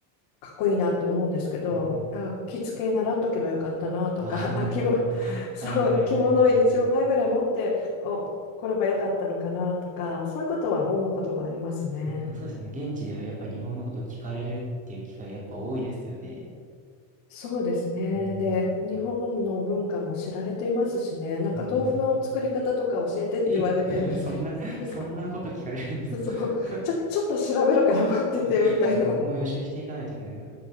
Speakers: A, on the left; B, on the right.
A: かっこいいなって思うんですけど、
B: うんうんうん。
A: あ、着付け習っとけばよかったなとか、
B: ああ、なるほど。
A: あ、着物、
B: <laughs>
A: <laughs> そう、
B: はいはいはいはいはい。
A: 着物一枚ぐらい持ってお来ればよかったのかなとか、そういうことは思うことはありますね。
B: それはそうですよね。現地ではやっぱり日本のことを聞かれるっていう機会やっぱ多いですよね。
A: そうですね。
B: うん
A: で、日本の文化も知られていますしね、なんか豆腐の作り方とか教えてって言われて、
B: うん。うんうんうん。え、<laughs> そんな、
A: <laughs>
B: そんなこと聞かれるんですか
A: そう、
B: <laughs>
A: ちょ、ちょっと調べるから待っててみたいな
B: ちょっと僕も予習していかないといけないな